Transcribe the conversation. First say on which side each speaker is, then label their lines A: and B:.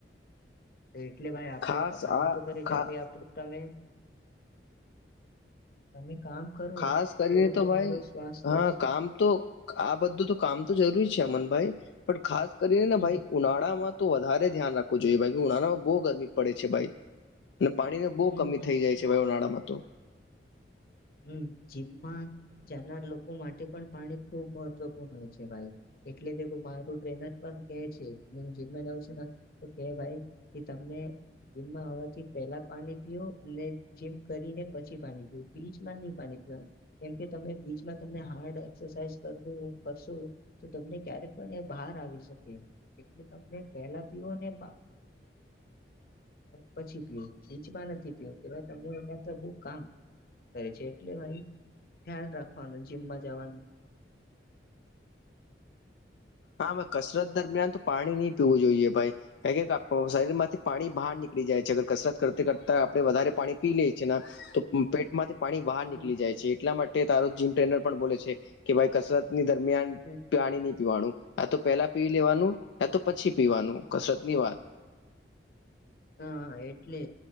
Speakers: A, on the left; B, on the left.
A: એટલે ભાઈ આપડે
B: ખાસ
A: પ કામ
B: આ
A: તો કરે છે,
B: ખા
A: ભાઈ આપડે તમે તમે. કામ કરો
B: ખાસ કરીને
A: લેકિન
B: તો
A: તમારો
B: ભાઈ
A: સ્વાસ્થ્ય
B: હા
A: જ
B: કામ તો આ બધું તો કામ તો જરૂરી છે અમન ભાઈ પણ ખાસ કરીને ને
A: હમ
B: ભાઈ ઉનાળામાં તો વધારે ધ્યાન રાખવું જોઈએ ભાઈ ઉનાળમાં બો ગરમી પડે છે ભાઈ અને પાણીને બહુ
A: હમ
B: કમી થઈ જાય છે વાયુનાળામાં તો
A: હમ જીમમાં જનાર લોકો માટે પણ પાણી ખુબ મહત્વપૂર્ણ હોય છે ભાઈ એટલે મારું ટ્રેનર પણ કે છે હું જેમ જાઉં છું તો કે ભાઈ કે તમને જીમમાં આવવાથી પેલા પાણી પીવ અને જીમ કરીને પછી પાણી પીવું બીચમાં નહી પાણી પીવાનું કેમકે તમે બીચમાં તમને હાર્ડ એક્સરસાઇઝ કરવું કરશો તો તમને ક્યારેક પણ એ બહાર આવી શકે એટલે તમને પેલા પીઓ ને પછી પીયો નીચમાં નથી પીયો તેવા તમને તો બહ કામ કરે છે એટલે ભાઈ ધ્યાન રાખવાનું જીમમાં જવાનું <inaudible>
B: હા કસરત દરમિયાન તો પાણી નહી પીવું જોઈએ ભાઈ ક શરીર માંથી પાણી બહાર નીકળી જ છેર કસરત કરતા કરતા આપણેે વધારે પાણી પી લઈ છીએ ને તો પેટમાંથી પાણી બહાર
A: હમ
B: નીકળી જાય છે એટલા માટે તારો જીમ ટ્રેનર પણ બોલે છે કે ભાઈ કસરત ની દરમિયાન
A: હમ.
B: પાણી નહી પીવાનું આ તો પેલા પી લેવાનું તો પછી પીવાનું કસરત ની વાત
A: હા એટલે